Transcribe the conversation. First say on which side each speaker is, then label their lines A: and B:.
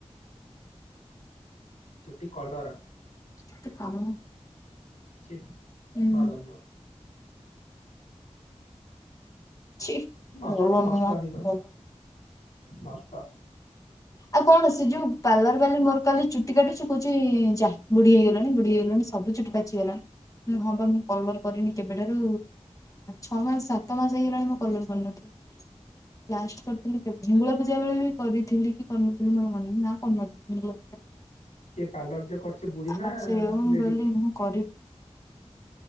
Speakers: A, on the left (about 85°); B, on the left (about 30°).
A: ଚୁଟି କଲାର
B: <inaudible>
A: ଛ
B: ହୁଁ
A: ଭଲ ଲଙ୍ଗୁ
B: ଛି
A: ନଷ୍ଟ
B: ଭଲ
A: ନଷ୍ଟ
B: ନୁହଁ
A: ହେଇଗଲା
B: ଭଲ
A: ନଷ୍ଟ ତ
B: ଆଉ କଣ ଅ ସେ ଯୋଉ ପାାର କାଲି ମୋର କାଲି ଚୁଟି କାଟୁଛି କହୁଛି ଯା ବୁଢୀ ହେଇଗଲାଣି ବୁଢୀ ହେଇଗଲାଣି ସବୁ ଚୁଟି ପାଚିଗଲାଣି ହଁ ବା ମୁଁ କଲର କରିନି କେବେଠାରୁ ଛଅ ମାସ ସାତ ମାସ ହେଇଗଲାଣି ମୁଁ କଲର କରିନଥିଲି ଲାଷ୍ଟ କରିଥିଲିବେଙ୍ଗଳ ପୂଜା ବେଳେ ବି କରିଥିଲି କି କର ନା କ
A: କିଏ ପାର୍ଲର ଯ କରୁଚ ବୁଢୀ ନା
B: ଆଉ ସେଇଆକୁ ମୁଁ
A: ଲେଡି
B: କହିଲି ମୁଁ କରିବି